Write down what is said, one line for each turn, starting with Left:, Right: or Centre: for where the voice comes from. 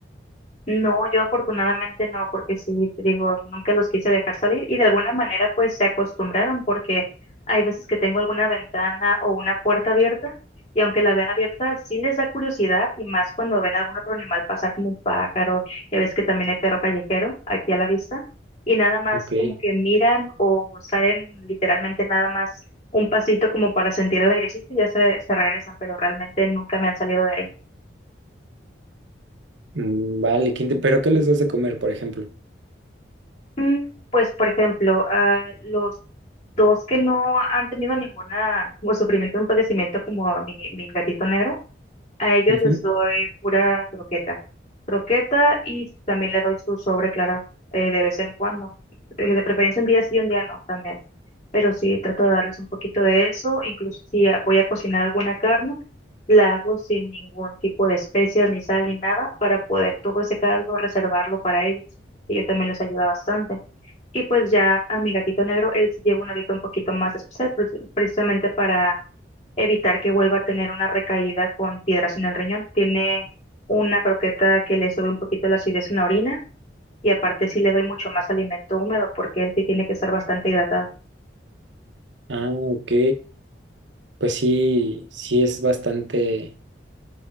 Left: No, yo afortunadamente no, porque sí, te digo, nunca los quise dejar salir y de alguna manera pues se acostumbraron porque hay veces que tengo alguna ventana o una puerta abierta y aunque la vean abierta sí les da curiosidad y más cuando ven algún otro animal pasar como un pájaro, ya ves que también hay perro callejero aquí a la vista y nada más
Right: Ok.
Left: como que miran o salen literalmente nada más un pasito como para sentir el airecito y ya se, se regresan, pero realmente nunca me han salido de ahí.
Right: Mm, vale, quinte- ¿Pero qué les das de comer, por ejemplo?
Left: Mm, Pues, por ejemplo, a los dos que no han tenido ninguna como sufrimiento, un padecimiento como mi, mi gatito negro, a ellos
Right: Ujú.
Left: les doy pura croqueta. Croqueta y también le doy su sobre, claro, eh, de vez en cuando. Eh, De preferencia un día sí y un día no también. Pero sí trato de darles un poquito de eso. Incluso si ah, voy a cocinar alguna carne, la hago sin ningún tipo de especias, ni sal, ni nada, para poder todo ese caldo reservarlo para ellos. Y yo también les ayuda bastante. Y pues ya a mi gatito negro, él sí lleva una dieta un poquito más especial, pre- precisamente para evitar que vuelva a tener una recaída con piedras en el riñón. Tiene una croqueta que le sube un poquito la acidez en la orina y aparte sí le doy mucho más alimento húmedo porque él sí tiene que estar bastante hidratado.
Right: Ah, ok. Pues sí, sí es bastante,